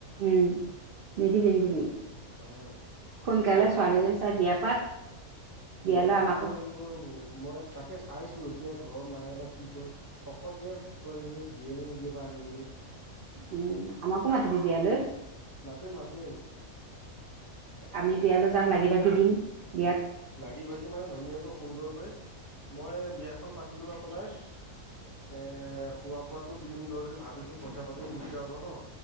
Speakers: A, on the right; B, on the left.
A: উম নিদিবি নিদিবি
B: হয়
A: সোনকালে ছোৱালীজনী চাই বিয়া পাত। বিয়ালৈ
B: বিয়া পাতিব
A: আমাকো
B: লাগিব ৰব। মই তাকে চাইছো এতিয়া ঘৰৰ মাই বা কি কয় শকত যে ছোৱালীজনী দিয়ে নে নিদিয়ে বা আনিবলৈ?
A: উম আমাকো মাতিবি বিয়ালৈ
B: মাতিম মাতিম
A: আমি বিয়ালৈ যাম? লাগি ভাগি দিম বিয়াত।
B: লাগি ভাগি মানে ধুনীয়াকৈ সুন্দৰকৈ মই বিয়াখন পাতিলোঁ আপোনাৰ এ খোৱা বোৱাটো দিম ধৰি যদি ভাবিছোঁ পইচা পাতিও সুবিধা হ'ব ন।